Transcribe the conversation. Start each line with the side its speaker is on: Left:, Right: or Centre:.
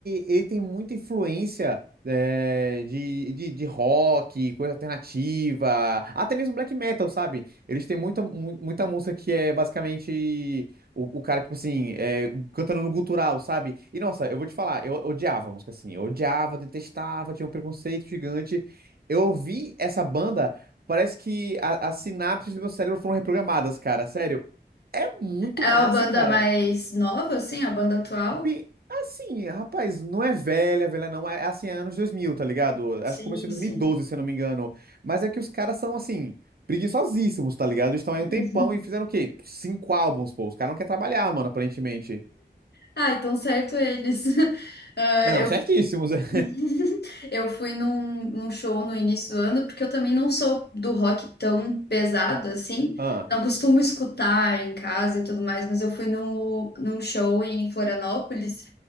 Right: ele tem muita influência eh, de, de, de rock, coisa alternativa, até mesmo black metal, sabe? Eles têm muita, mu- muita música que é basicamente o, o cara, tipo assim, eh, cantando no gutural, sabe? E nossa, eu vou te falar, eu odiava a música assim, eu odiava, detestava, tinha um preconceito gigante. Eu ouvi essa banda, parece que a- as sinapses do meu cérebro foram reprogramadas, cara, sério. É muito
Left: É
Right: massa,
Left: a banda
Right: cara.
Left: mais nova, assim, a banda atual?
Right: Pi- Assim, rapaz, não é velha, velha não, é é assim, é anos 2000, tá ligado?
Left: Sim,
Right: Acho que começou em
Left: sim.
Right: dois mil e doze, se eu não me engano. Mas é que os caras são, assim, preguiçosíssimos, tá ligado? Eles estão aí
Left: <laughs>
Right: um tempão e fizeram o quê? Cinco álbuns, pô. Os caras não querem trabalhar, mano, aparentemente.
Left: Ah, então certo eles. <laughs> Ah,
Right: Ah,
Left: eu
Right: Não, certíssimos. <laughs> é.
Left: <laughs> eu fui num, num show no início do ano, porque eu também não sou do rock tão pesado assim.
Right: Ah,
Left: Não costumo escutar em casa e tudo mais, mas eu fui no, num show em Florianópolis,